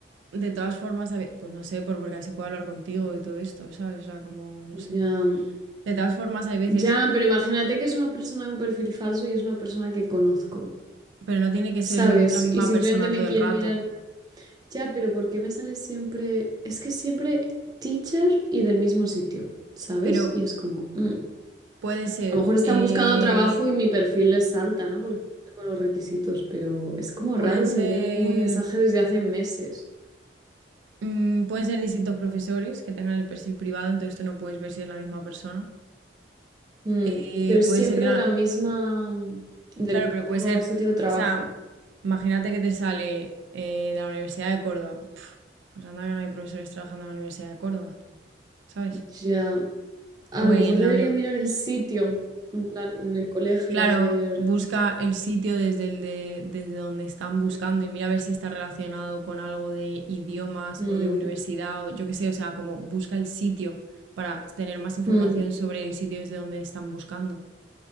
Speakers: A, on the right; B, on the right.
A: De todas formas, hay ve- pues no sé, por, porque así puedo hablar contigo y todo esto, ¿sabes? O sea, como, no sé.
B: Ya.
A: De todas formas, hay veces,
B: Ya, pero imagínate que es una persona de un perfil falso y es una persona que conozco,
A: pero no tiene que
B: ¿sabes?
A: ser el mis- la misma
B: Y simplemente
A: persona
B: me
A: todo
B: quiere
A: el rato.
B: mirar. Ya, pero ¿por qué me sale siempre? Es que siempre teacher y del mismo sitio, ¿sabes?
A: Pero
B: Y es como, mm.
A: puede ser...
B: A lo mejor están
A: eh,
B: buscando trabajo y mi perfil les salta, ¿no? Porque cumple con los requisitos, pero es como
A: Pueden
B: raro
A: ser,
B: que me llegue el mismo mensaje desde hace meses.
A: mm, pueden ser distintos profesores que tengan el perfil privado, entonces tú no puedes ver si es la misma persona.
B: Mm,
A: Eh,
B: Pero siempre
A: puede ser, gra-
B: de la misma, del
A: claro, pero puede
B: mismo
A: ser,
B: sitio de trabajo.
A: o sea, imagínate que te sale eh, de la Universidad de Córdoba. Pf, Pues anda que no hay profesores trabajando en la Universidad de Córdoba, ¿sabes?
B: Ya. A
A: O
B: lo
A: en
B: mejor debería
A: la uni-
B: mirar el sitio, en plan, en el colegio,
A: Claro,
B: a ver.
A: busca el sitio desde el de, desde donde están buscando
B: Mm,
A: y mira a ver si está relacionado con algo de idiomas
B: mm,
A: o de universidad o yo qué sé, o sea, como busca el sitio para tener más información
B: mm,
A: sobre el sitio desde donde están buscando.